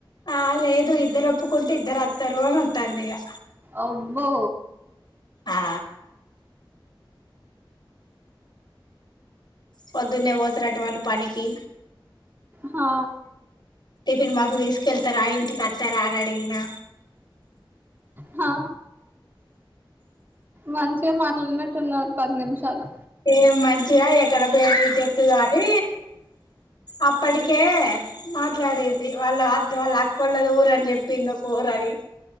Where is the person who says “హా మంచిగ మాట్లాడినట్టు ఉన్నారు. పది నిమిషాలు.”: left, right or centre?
Right